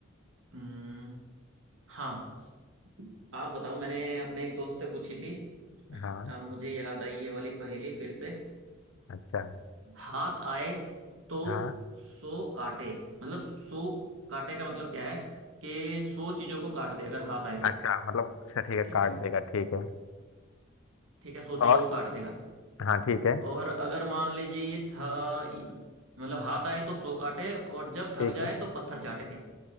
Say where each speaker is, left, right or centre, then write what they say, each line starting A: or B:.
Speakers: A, on the right (about 80°); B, on the left (about 80°).
A: हम्म हाँ आप बताओ मैंने अपने एक दोस्त से पूछी थी
B: हाँ
A: अब मुझे याद आई ये वाली पहेली फिर से
B: अच्छा
A: हाथ आए तो
B: हाँ
A: सो काटे मतलब सो काटे का मतलब क्या है कि सौ चीजों को काट दे अगर हाथ आए तो
B: अच्छा मतलब अच्छा ठीक है
A: ठीक
B: काट
A: है
B: देगा ठीक है
A: ठीक है सौ
B: और
A: चीजों को काट देगा
B: हाँ ठीक है
A: और अगर मान लीजिए ये था मतलब हाथ आए तो सो काटे और जब थक
B: ठीक
A: जाए
B: है
A: तो पत्थर चाटे